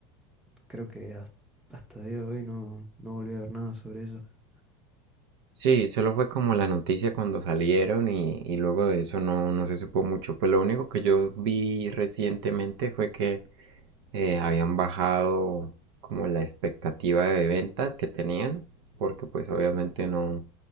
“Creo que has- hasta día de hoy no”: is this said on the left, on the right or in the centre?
Centre